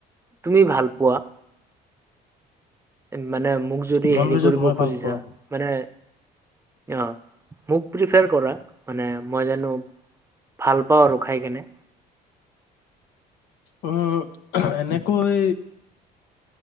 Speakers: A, on the right; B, on the left.
A: তুমি ভাল পোৱা। মানে মোক যদি
B: নন
A: হেৰি
B: ভেজত
A: কৰিব
B: মই ভাল
A: খুজিছা
B: পাওঁ
A: মানে অ মোক প্ৰিফাৰ কৰা মানে মই জানো। ভাল পাওঁ আৰু খাই কেনে।
B: উম এনেকৈ